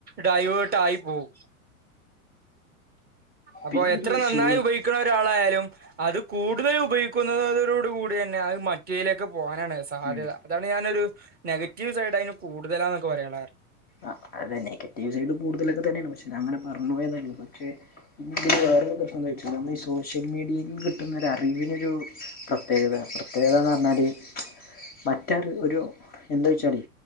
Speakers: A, on the right; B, on the left.
A: ഡൈവേർട്ട് ആയി പോവും അപ്പൊ
B: പിന്നെ
A: എത്ര
B: ഈ
A: നന്നായി
B: സോ
A: ഉപയോഗിക്കണേ ഒരാളായാലും അതും കൂടുതല് ഉപയോഗിക്കുന്നതോട് കൂടി തന്നെ അത് മറ്റേലേക്ക് പോകാനാണ് സാധ്യത
B: ഉം
A: അതാണ് ഞാന് ഒരു നെഗറ്റീവ് സൈഡ് അയിന് കൂടുതലാന്നൊക്കെ പറയാനേ
B: ആഹ് അതെ നെഗറ്റീവ് സൈഡ് കൂടുതലൊക്കെ തന്നെയാണ് പക്ഷേ ഞാന് അങ്ങന പറഞ്ഞ് പോയന്നള്ളൂ പക്ഷേ പിന്നെ ഇപ്പം വേറൊരു പ്രശ്നം എന്താന്ന് വച്ചാൽ നമ്മള് ഈ സോഷ്യൽ മീഡിയിൽ നിന്ന് കിട്ടുന്ന അറിവ് ഒരു പ്രത്യേകത പ്രത്യേകതാ എന്ന് പറഞ്ഞാല് മറ്റേത് ഒരു എന്താ വെച്ചാല്